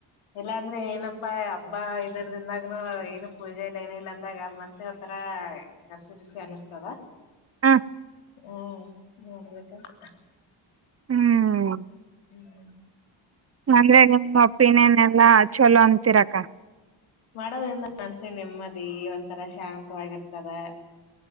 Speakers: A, on the left; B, on the right.
A: ಇಲ್ಲಾಂದ್ರೆ ಏನಪ್ಪಾ ಬ್ <unintelligible> ಅಂದಾಗನು ಏನು ಪೂಜೆ ಇಲ್ಲ ಏನ ಇಲ್ಲ ಅಂದಾಗ ಮನ್ಸಿಗೆ ಒಂತರ ಗಸಿ ಬಿಸಿ ಅನಸ್ತದ
B: ಹಾ
A: ಹ್ಮ ನೋಡ್ಬೇಕಂತ್
B: ಹ್ಮ್
A: ಹ್ಮ್್ಮ
B: ಅಂದ್ರೆ ನಿಮ ಒಪ್ಪಿನೇನ್ ಎಲ್ಲಾ ಚಲೋ ಅಂತಿರಕ್ಕ
A: ಮಾಡೋದ್ರಿಂದ ಅನ್ಸಿ ನೆಮ್ಮದಿ ಒಂಥರ ಶಾಂತವಾಗಿರ್ತದೆ